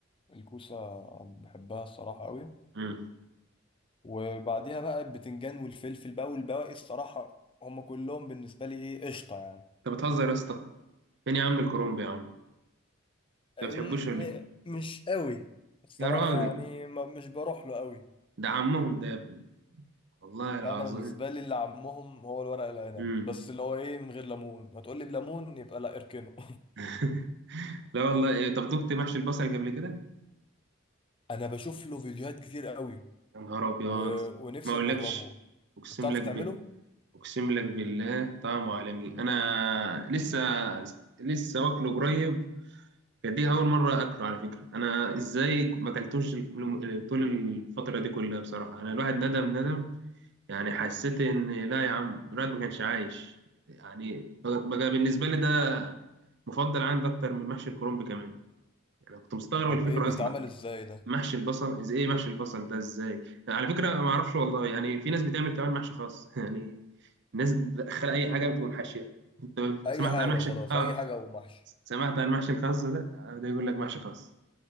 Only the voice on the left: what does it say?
الكوسة بحبها الصراحة قوي
وبعديها بقى البتنجان والفلفل بقى والبواقي الصراحة هما كلهم بالنسبة لي إيه قشطة يعني
م-
مش قوي الصراحة
يعني ما مش بروح له قوي
لا انا بالنسبة لي اللي عمهم هو الورق العنب
بس اللي هو ايه من غير ليمون هتقول لي بليمون يبقى لا اركنه
<laughs> انا بشوف له فيديوهات كتير قوي
و... ونفسي
اجربه
طب بتعرف
تعمله
طب
ايه بيتعمل
ازاي
ده
اي
حاجة
خلاص
اي حاجة ومحشي